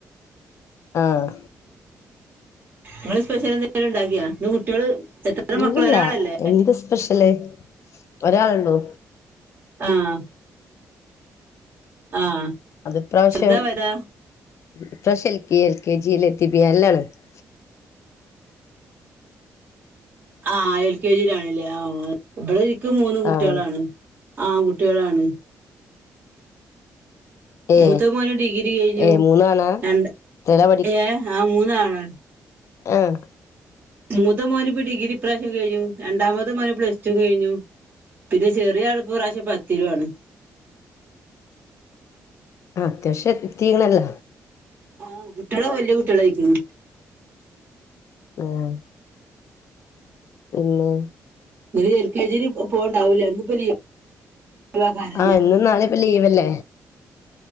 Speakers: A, on the left (about 60°); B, on the right (about 35°).
A: ആഹ
B: നിങ്ങള് സ്പെഷ്യൽ എന്തെങ്കിലും ഉണ്ടാക്കിയ. പിന്നെ കുട്ടികള് എത്ര മക്കള്
A: ഇല്ലല്ല.
B: ഒരാളല്ലേ
A: എന്ത് സ്പെഷ്യല് ഒരാള് ഉള്ളൂ.
B: ആഹ ആഹ്
A: അത് പ്രാശ്യം
B: ചെറുതാ വലുതാ
A: ഇപ്രാവശ്യം L K, L K G ല്ലെത്തി. <unintelligible>
B: ആഹ എൽ കെ ജിയിലാണല്ലേ ആ ഓ. ഇവിടെ ഇക്ക് മൂന്ന് കുട്ടികളാണ്
A: ആഹ്
B: ആൺകുട്ടികളാണ്.
A: ഏ
B: മൂത്തമോനു ഡിഗ്രി കഴിഞ്ഞു.
A: ഏ മൂന്നാണാ
B: രണ്ട്
A: എത്രയിലാ
B: ഏ ആ മൂന്നാണ്.
A: ആഹ
B: മൂത്ത മോനിപ്പ ഡിഗി ഈ പ്രാവശ്യം കഴിഞ്ഞു. രണ്ടാമത് മോനു പ്ലസ് ടു കഴിഞ്ഞു. പിന്നെ ചെറിയ ആളപ്പ ഈ പ്രാവശ്യം പത്തിലാണ്.
A: ആ അത്യാവശ്യം എതീണല്ല.
B: ആഹ് കുട്ടികള് വല്യ കുട്ടികള ആയിരിക്കണ്.
A: ഉം പിന്നെ
B: <unintelligible> എൽ കെ ജിൽ പോവണ്ടാവൂല്ല ഇന്നിപ്പ ലി <unintelligible> ക്കാനാല്ലേ.
A: ആഹ് ഇന്നും നാള ഇപ്പ ലീവല്ലേ.